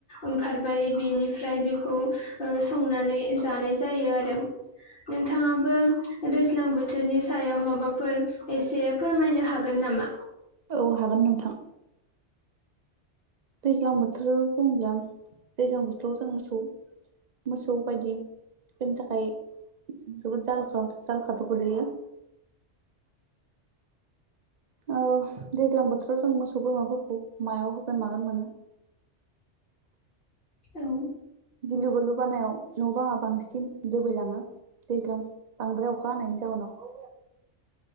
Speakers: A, on the left; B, on the right.
A: ओंखारबाय बेनिफ्राय बेखौ संनानै जानाय जायो आरो। नोंथाङाबो ओ दैज्लां बोथोरनि सायाव माबाफोर एसे फोरमायनो हागोन हागोन नामा।
B: औ हागोन नोंथां दैज्लां बोथोर बुंब्ला दैज्लां बोथोराव जों मोसौ। मोसौ बायदिफोरनि थाखाय जोबोद जाल -जाल खादु गोलैयो ओ दैज्लां बोथोराव जों मोसौ बोरमाफोरखौ मायाव होगोन मागोन मोनो।
A: औ।
B: गिलु -बालु बानायाव न'बो आंहा बांसिन दुबैलाङो दैज्लां बांद्राय अखा हानायनि जाउनाव